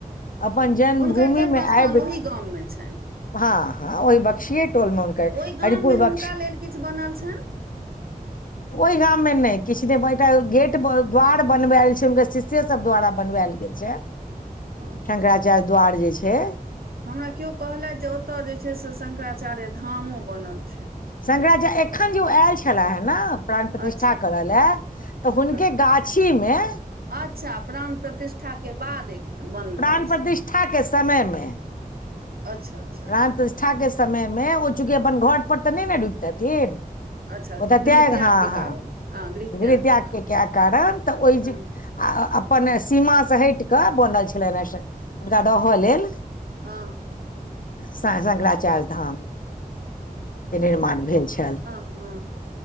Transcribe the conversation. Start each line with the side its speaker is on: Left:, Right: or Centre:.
Left: अपन
Right: हँ
Left: जन्मभूमि
Right: हुनकर जन्म
Left: में अैब
Right: स्थान ओहि गाममे छनि
Left: ह ह ओहि बक्सीेय टोल मे हुनकर
Right: ओय गाममे
Left: हरिपुर
Right: हुनका
Left: बक्स
Right: लेल किछ बनल छैन
Left: ओय गाम मे नेै किछ नै गेट द्वार बनवायल छै हुनकर शिष्ये सब द्वारा बनवाइल <inaudible> छैय
Right: हँ
Left: शंकराचार्य द्वार जे छैय
Right: हमरा केओ कहलैथ जे ओत जे छै से शंकराचार्य धामो बनल छै
Left: शंकराचार्य एखन जे ओ आयल छेला हन न प्राण प्रतिष्ठा
Right: अच्छा
Left: करलेय तऽ
Right: तकर
Left: हुनके गाछी में
Right: अच्छा प्राण प्रतिष्ठा के बाद एक बनले
Left: प्राणप्रतिष्ठा के समय मे
Right: अच्छा अच्छा अच्छा
Left: प्राणपरतिष्ठाके समय मे ओ चूँकि अपन घरपर तऽ नै। ने बैठतथिनह।
Right: अच्छा
Left: ओतऽ
Right: गृह
Left: त्याग
Right: त्यागके
Left: हँ हँ
Right: कारण हँ त्यागके
Left: गृह त्याग
Right: कारण
Left: के क कारण तऽ ओहि
Right: हँ
Left: जे अपन सीमाा से हैट कऽ बनल रहै छेलैन हुनका रहअ लेल
Right: ह
Left: शंकराचार्य धाम केनिर्माण भेल छैल
Right: हु